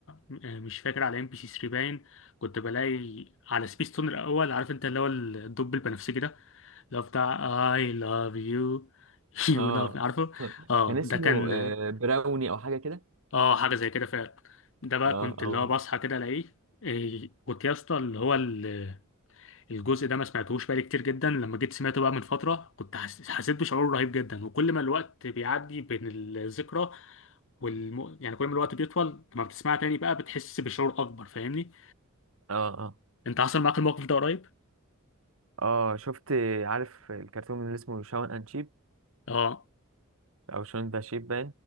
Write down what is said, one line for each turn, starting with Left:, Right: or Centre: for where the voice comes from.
Left: م- آه، مش فاكر على ام بي سي 3 باين كنت بلاقي على سبيس تون الاول عارف انت اللي هو الدب البنفسجي ده اللي هو بتاع I love you <laughs>
Right: اه
Left: you love me عارفه
Right: <laughs>
Left: اه
Right: كان اسمه
Left: ده كان
Right: آه، براوني او حاجه كده
Left: اه حاجه زي كده فعلا ده بقى
Right: اه
Left: كنت
Right: اه
Left: اللي هو بصحى كده الاقيه إيه، كنت يا اسطى اللي هو ال- الجزء ده ما سمعتهوش بقالي كتير جدا لما جيت سمعته بقى من فتره كنت حس- حسيت بشعور رهيب جدا وكل ما الوقت بيعدي بين الذكرى والم... يعني كل ما الوقت بيطول لما بتسمعها تاني بقى بتحس بشعور اكبر فاهمني
Right: اه اه
Left: انت حصل معاك الموقف ده قريب
Right: اه شفت عارف الكرتون اللي اسمه شاون اند شيب
Left: اه
Right: او شاون ذا شيب